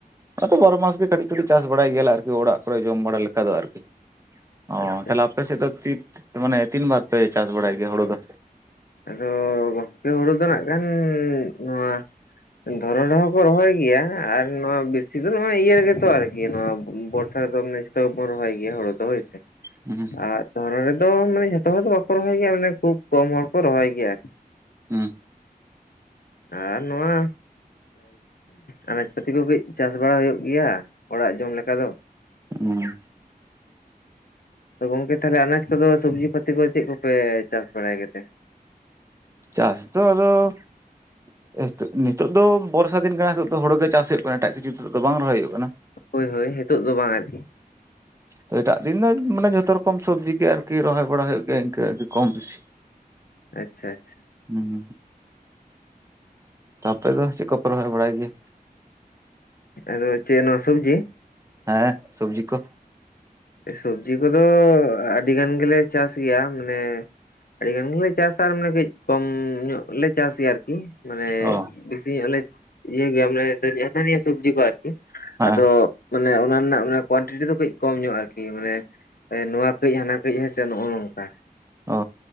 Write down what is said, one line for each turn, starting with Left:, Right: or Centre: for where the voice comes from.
Right: ᱟᱫᱚ ᱵᱟᱨᱚ ᱢᱟᱥ ᱜᱮ ᱠᱟᱹᱴᱤᱡ ᱠᱟᱹᱴᱤᱡ ᱪᱟᱥ ᱵᱟᱲᱟᱭ ᱜᱮᱭᱟᱞᱮ ᱟᱨᱠᱤ ᱚᱲᱟᱜ ᱠᱚᱨᱮᱜ ᱡᱚᱢ ᱵᱟᱲᱟ ᱞᱮᱠᱟ ᱫᱚ ᱟᱨᱠᱤ᱾ ᱚ
Left: ᱟᱪᱪᱷᱟ
Right: ᱛᱟᱦᱞᱮ ᱟᱯᱮ ᱥᱮᱫ ᱫᱚ ᱛᱤᱛ ᱢᱟᱱᱮ ᱛᱤᱱ ᱵᱟᱨ ᱯᱮ ᱪᱟᱥ ᱵᱟᱲᱟᱭ ᱜᱮᱭᱟ ᱦᱳᱲᱳ ᱫᱚ?
Left: ᱟᱫᱚ ᱜᱚᱝᱠᱮ ᱦᱩᱲᱩ ᱫᱚ ᱱᱟᱜᱠᱷᱟᱱ ᱱᱚᱣᱟ ᱫᱷᱚᱨᱚᱱ ᱨᱮᱦᱚᱸ ᱠᱚ ᱨᱚᱦᱚᱭ ᱜᱮᱭᱟ ᱟᱨ ᱱᱚᱣᱟ ᱵᱤ ᱥᱤ ᱫᱚ ᱤᱭᱟᱹ ᱜᱮᱛᱚ ᱟᱨᱟᱠᱤ ᱱᱟᱣᱟ ᱵᱚᱨᱥᱟ ᱨᱮᱫᱚ ᱢᱟᱱᱮ ᱡᱷᱟᱛᱚ ᱜᱮᱵᱚᱱ ᱨᱚᱦᱚᱭ ᱜᱮᱭᱟ ᱦᱩᱲᱩ ᱫᱚ ᱦᱳᱭᱥᱮ᱾
Right: ᱦᱩᱸ
Left: ᱟᱨ ᱫᱷᱚᱨᱚᱱ ᱨᱮᱫᱚ ᱢᱟᱱᱮ ᱡᱷᱚᱛᱚ ᱦᱚᱲ ᱫᱚ ᱵᱟᱠᱚ ᱨᱚᱦᱚᱭ ᱜᱮᱭᱟ ᱢᱟᱱᱮ ᱠᱷᱩᱵ ᱠᱚᱢ ᱦᱚᱲ ᱠᱚ ᱨᱚᱦᱚᱭ ᱜᱮᱭᱟ ᱟᱨᱠᱤ᱾
Right: ᱦᱩᱸ᱾
Left: ᱟᱨ ᱱᱚᱣᱟ ᱟᱱᱟᱡᱽᱯᱟᱹᱛᱤ ᱠᱚ ᱠᱟᱹᱡ ᱪᱟᱥ ᱵᱟᱲᱟ ᱦᱩᱭᱩᱜ ᱜᱮᱭᱟ ᱚᱲᱟᱜ ᱡᱚᱢ ᱞᱮᱠᱟ ᱫᱚ᱾
Right: ᱦᱮᱸ᱾
Left: ᱛᱚ ᱜᱚᱝᱠᱮ ᱛᱟᱦᱚᱞᱮ ᱟᱱᱟᱡ ᱠᱚᱫᱚ ᱥᱚᱵᱽᱡᱤ ᱯᱟᱛᱤ ᱠᱚ ᱪᱮᱫ ᱠᱚᱯᱮ ᱪᱟᱥ ᱵᱟᱲᱟᱭ ᱜᱮᱛᱮ?
Right: ᱪᱟᱥ ᱫᱚ ᱟᱫᱚ ᱦᱤᱛᱚᱜ ᱱᱤᱛᱟᱜ ᱫᱚ ᱵᱚᱨᱥᱟ ᱫᱤᱱ ᱠᱟᱱᱟ ᱱᱤᱛᱚᱜ ᱫᱚ ᱦᱳᱲᱩ ᱜᱮ ᱪᱟᱥ ᱦᱩᱭᱩᱜ ᱠᱟᱱᱟ ᱮᱴᱟᱜ ᱠᱤᱪᱷᱩ ᱱᱤᱛᱳᱜ ᱫᱚ ᱵᱟᱝ ᱨᱚᱦᱚᱭ ᱦᱩᱭᱩᱜ ᱠᱟᱱᱟ᱾
Left: ᱦᱳᱭ ᱦᱳᱭ ᱱᱤᱛᱳ ᱫᱚ ᱵᱟᱝ ᱟᱨᱠᱤ᱾
Right: ᱛᱚ ᱮᱴᱟᱜ ᱫᱤᱱ ᱫᱚ ᱢᱟᱱᱮ ᱡᱷᱚᱛᱚ ᱨᱚᱠᱚᱢ ᱥᱚᱵᱽᱡᱤ ᱜᱮ ᱟᱨᱠᱤ ᱨᱚᱦᱚᱭ ᱵᱟᱲᱟ ᱦᱩᱭᱩᱜ ᱜᱮᱭᱟ ᱤᱱᱠᱟᱹ ᱟᱹᱰᱤ ᱠᱚᱢ ᱵᱮᱥᱤ᱾
Left: ᱟᱪᱪᱷᱟ ᱟᱪᱪᱷᱟ᱾
Right: ᱦᱩᱸ᱾ ᱛᱚ ᱟᱯᱮ ᱫᱚ ᱪᱮᱫ ᱠᱚᱯᱮ ᱨᱚᱦᱚᱭ ᱵᱟᱲᱟᱭ ᱜᱮᱭᱟ?
Left: ᱟᱫᱚ ᱪᱮᱫ ᱱᱚᱣᱟ ᱥᱚᱵᱽᱡᱤ?
Right: ᱦᱮᱸ ᱥᱚᱵᱽᱡᱤ ᱠᱚ᱾
Left: ᱥᱚᱵᱽᱡᱤ ᱠᱚᱫᱚ ᱟᱹᱰᱤ ᱜᱟᱱ ᱜᱮᱞᱮ ᱪᱟᱥ ᱜᱮᱭᱟ ᱢᱟᱱᱮ ᱟᱹᱰᱤ ᱜᱟᱱ ᱜᱮᱞᱮ ᱪᱟᱥᱟ ᱟᱨ ᱢᱟᱱᱮ ᱠᱟᱹᱡ ᱠᱚᱢ ᱧᱚᱜ ᱜᱮᱞᱮ ᱪᱟᱥ ᱜᱮᱭᱟ ᱟᱨᱠᱤ ᱢᱟᱱᱮ
Right: ᱚ
Left: ᱵᱮᱥᱤ ᱧᱚᱜᱞᱮ ᱤᱭᱟᱹ ᱜᱮᱭᱟ ᱢᱟᱱᱮ ᱡᱟᱹᱱᱤᱡ ᱦᱟᱱᱟ ᱱᱤᱭᱟᱹ ᱥᱚᱵᱽᱡᱤ ᱠᱚ ᱟᱨᱠᱤ
Right: ᱦᱮᱸ
Left: ᱟᱫᱚ ᱢᱟᱱᱮ ᱚᱱᱟ ᱨᱮᱱᱟᱜ ᱢᱟᱱᱮ ᱠᱳᱣᱟᱱᱴᱤᱴᱤ ᱫᱚ ᱠᱟᱹᱡ ᱠᱚᱢ ᱧᱚᱜᱼᱟ ᱟᱨᱠᱤ ᱢᱟᱱᱮ ᱱᱚᱣᱟ ᱠᱟᱹᱡ ᱦᱟᱱ ᱦᱟᱱᱟ ᱠᱟᱹᱡ ᱦᱮᱸᱥᱮ ᱱᱚᱜᱼᱚ ᱱᱚᱝᱠᱟ᱾
Right: ᱚ